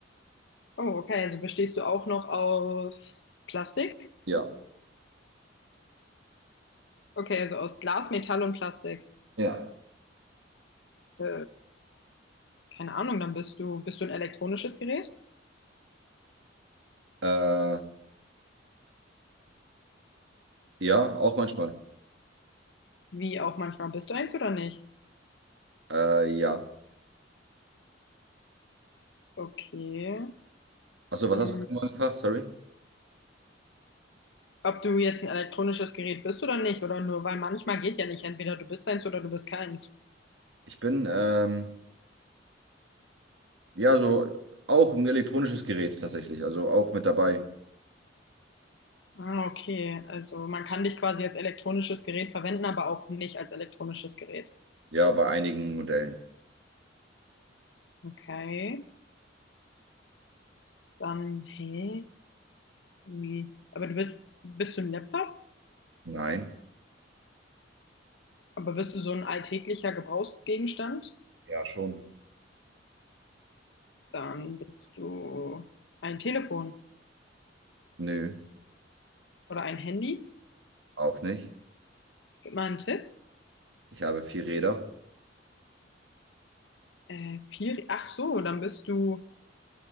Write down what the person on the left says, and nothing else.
Oh, okay, also bestehst du auch noch aus Plastik?
Okay, also aus Glas, Metall und Plastik.
Äh, keine Ahnung, dann bist du, bist du ein elektronisches Gerät?
Wie auch manchmal bist du eins oder nicht?
Okay.
Mm,
ob du jetzt ein elektronisches Gerät bist oder nicht, oder nur, weil manchmal geht ja nicht, entweder du bist eins oder du bist keins.
Ah, okay, also man kann dich quasi als elektronisches Gerät verwenden, aber auch nicht als elektronisches Gerät.
Okay, dann, hey, wie? Aber du bist, bist du ein Laptop?
Aber bist du so ein alltäglicher Gebrauchsgegenstand?
Dann bist du ein Telefon
oder ein Handy.
Gib mal einen Tipp.
Äh, vier, ach so, dann bist du